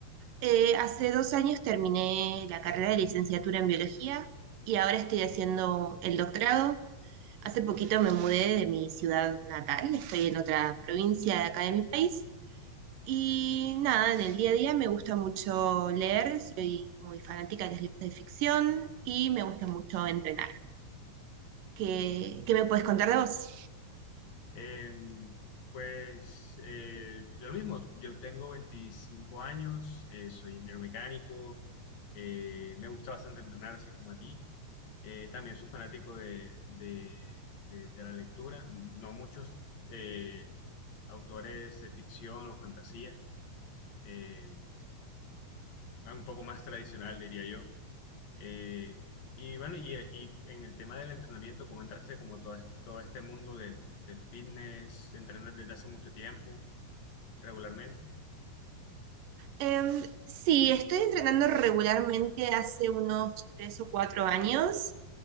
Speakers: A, on the right; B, on the left.
A: Eh, hace dos años terminé la carrera de licenciatura en biología y ahora estoy haciendo el doctorado. Hace poquito me mudé de mi ciudad natal, estoy en otra provincia de acá de mi país. Y nada, en el día a día me gusta mucho leer, soy muy fanática de los libros de ficción y me gusta mucho entrenar. ¿Qué, qué me puedes contar de vos?
B: Em, pues eh, de lo mismo, yo tengo 25 años, eh, soy ingeniero mecánico, eh, me gusta bastante entrenar así como a ti. Eh, también soy fanático de, de- de- de la lectura, no muchos eh, autores de ficción o fantasía, eh, un poco más tradicional diría yo. Eh, y bueno, y, y en el tema del entrenamiento, ¿cómo entraste como todo, todo este mundo del, del fitness? ¿Entrenas desde hace mucho tiempo, regularmente?
A: Em, sí, estoy entrenando regularmente hace unos tres o cuatro años.